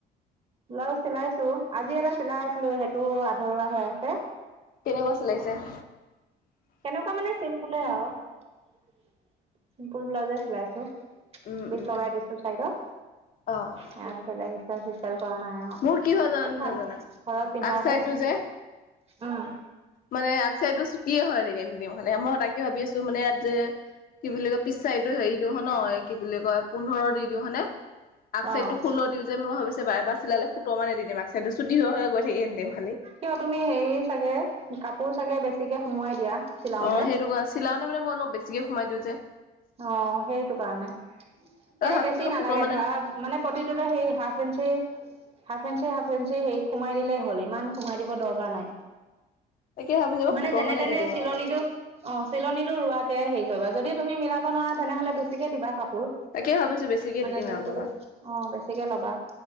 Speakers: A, on the right; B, on the left.
A: ব্লাউজ চিলাইছো, আজি এটা চিলাই আছিলো সেইটো আধৰুৱা হৈ আছে।
B: কেনেকুৱা চিলাইছে <inaudible>
A: কেনেকুৱা মানে চিম্পুলে আৰু, চিম্পুল ব্লাউজে চিলাইছো।
B: উম
A: বিত
B: উম
A: লগাই দিছো চাইডত।
B: অ'
A: তাৰ পিছতে ইষ্টাইল চিষ্টাইল কৰা নাই আও
B: মোৰ কি হয় জানানে নাজানা?
A: <inaudible> ঘৰত পিন্ধাহে,
B: আগ চাইডটো যে
A: উম।
B: মানে আগচাইটো ছুটিয়ে হৈ থাকে নিদিম হলে, মই তাকে ভাবি আছো মানে ইয়াত যে কি বুলি কয় পিছচাইটো হেৰি দিওঁ হন কি বুলি কয় পোন্ধৰ দি দিওঁ হনে? আগ চাইডটো
A: অ'।
B: ষোল্ল দিওঁ যে, মই ভাবিচো বাৰে বাৰে চিলালে সোতৰ মান দি দিম আগ চাইডত চুটি হৈ গৈ থাকে দেউ।
A: কিয় তুমি হেৰি চাগে, কাপোৰ চাগে বেছিকে সুমোৱাই দিয়া।
B: অ',
A: চিলাওতে
B: সেইটো কাৰণ চলাওঁতে মানে মই অলপ বেছিকে সোমাই দিওঁ যে।
A: অ', সেইটো কাৰণে।
B: তই
A: এনে
B: ভাবিছো
A: বেছি নালাগে
B: সোতৰ মানে
A: ধৰা মানে প্ৰতিটোতে সেই half inch. Half inch, half inch হেৰি সোমাই দিলে হ'ল, ইমান সোমাই দিব দৰকাৰ নাই।
B: তাকে ভাবিছো
A: মানে
B: সোতৰ
A: যেনে তেনে
B: দি দিম
A: চিলনিটো
B: আৰু।
A: অ', চিলনীটো ৰোৱা তে হেৰি কৰিবা যদি তুমি মিলাব নোৱাৰা তেনেহ'লে বেছিকে দিবা কাপ পোৰ,
B: তাকে ভাবিছো বেছিকে
A: মানে
B: দি দিম
A: জুখটো
B: আৰু পাপাক।
A: বেছ অ', বেছিকে ল'বা।